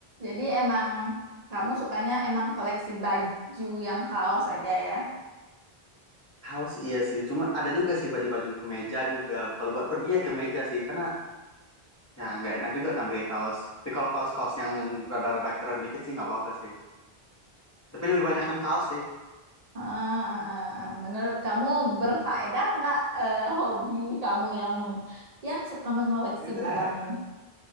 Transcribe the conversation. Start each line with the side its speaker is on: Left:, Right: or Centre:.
Right: Jadi emang kamu sukanya emang koleksi baju yang kaos aja ya?
Left: kaos iya sih cuman ada juga sih baju-baju kemeja juga kalau buat pergi ya kemeja sih karena ya nggak enak juga kan pakai kaos tapi kalau kaos-kaos yang rada-rada keren dikit sih nggak apa-apa sih tapi lebih banyak kan kaos sih
Right: Ah, ah, ah, ah. Menurut kamu berfaedah nggak eh, hobi kamu yang meng- yang suka mengoleksi
Left: Gitu
Right: barang
Left: ya
Right: ini?